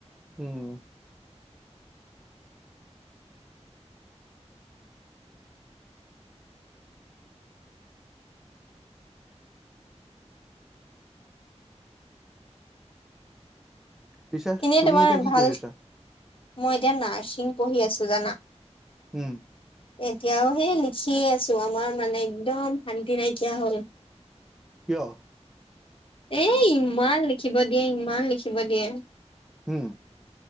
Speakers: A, in the centre; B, on the left.
A: উম। পিছে
B: এনেই
A: তুমি
B: তোমাৰ
A: এতিয়া কি
B: ভাল,
A: কৰি আছা
B: মই এতিয়া নাৰ্ছিং পঢ়ি আছো জানা।
A: উম।
B: এতিয়াও সেই লিখিয়ে আছো, আমাৰ মানে একদম শান্তি নাইকিয়া হ'ল।
A: কিয়?
B: এ ইমান লিখিব দিয়ে, ইমান লিখিব দিয়ে।
A: উম,